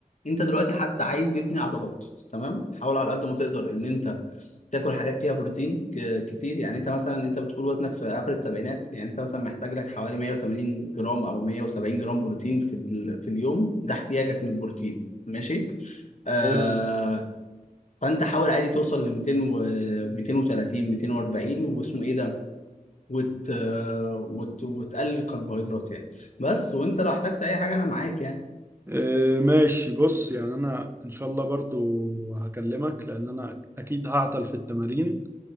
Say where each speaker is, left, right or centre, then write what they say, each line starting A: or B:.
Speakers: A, on the left; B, on the right.
A: انت دلوقتي حد عايز يبني عضلات تمام حاول على قد ما تقدر ان انت تاكل حاجات فيها بروتين ك- كتير يعني انت مثلا انت بتقول وزنك في اخر السبعينات يعني انت مثلا محتاج لك حوالي 180 جرام او 170 جرام بروتين في ال- في اليوم ده احتياجك من البروتين ماشي آه
B: حلو
A: فانت حاول عادي توصل ل 200 و 230 240 واسمه ايه ده وت... آه، وت... وتقلل الكربوهيدرات يعني بس وانت لو احتجت اي حاجه انا معاك يعني
B: آه ماشي بص يعني أنا إن شاء الله برضو هكلمك لأن أنا أكيد هعطل في التمارين